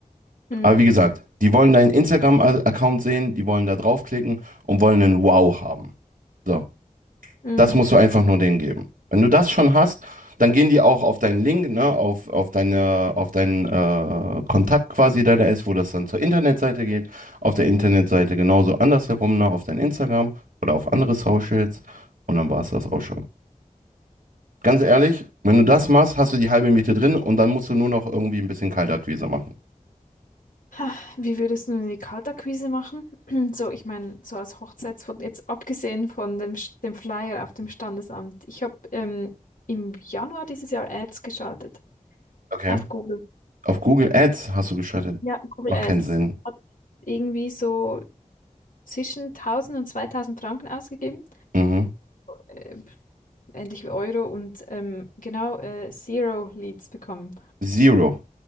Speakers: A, on the left; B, on the right.
A: Mhm.
B: Aber wie gesagt, die wollen deinen Instagram-Account sehen, die wollen da draufklicken und wollen einen Wow haben. So.
A: Mhm.
B: Das musst du einfach nur denen geben. Wenn du das schon hast, dann gehen die auch auf deinen Link, ne, auf, auf deine, auf deinen äh, Kontakt quasi, der da ist, wo das dann zur Internetseite geht. Auf der Internetseite genauso andersherum, ne, auf dein Instagram oder auf andere Socials. Und dann war es das auch schon. Ganz ehrlich, wenn du das machst, hast du die halbe Miete drin und dann musst du nur noch irgendwie ein bisschen Kaltakquise machen.
A: Ha, Wie würdest du die Kaltakquise machen? <clears throat> So, ich meine, so als Hochzeitsfoto, jetzt abgesehen von dem, Sch- dem Flyer auf dem Standesamt. Ich habe ähm, im Januar dieses Jahr Ads geschaltet
B: Okay.
A: auf Google.
B: Auf Google Ads hast du geschaltet.
A: Ja, Google
B: Macht
A: Ads.
B: keinen Sinn.
A: Hat irgendwie so zwischen 1000 und 2000 Franken ausgegeben,
B: Mhm.
A: äh, ähnlich wie Euro und ähm, genau äh, Zero Leads bekommen.
B: Zero.